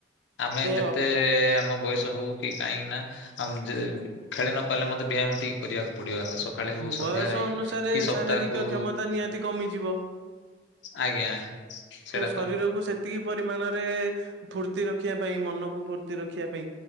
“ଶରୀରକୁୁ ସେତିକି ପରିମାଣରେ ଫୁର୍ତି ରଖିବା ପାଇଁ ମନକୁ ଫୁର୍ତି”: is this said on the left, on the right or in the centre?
Right